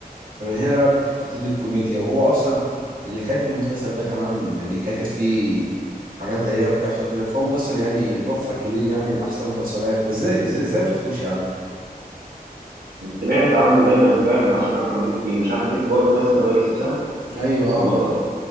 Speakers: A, on the right (about 65°); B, on the right (about 85°).
A: فمن هنا بقى بتبتدي الكوميديا وهو اصلا اللي كاتب المسلسل ده كمان يعني كاتب فيه حاجات غريبه بتحصل كده فهو مسلسل يعني تحفه كبير يعني من احسن المسلسلات ازاي ازاي ازاي ما شفتوش يا عم
B: سمعت عنه دايما فاهم عشان احمد مكي مش احمد مكي هو الممثل الرئيسي صح
A: ايوه
B: أو البطل
A: آه.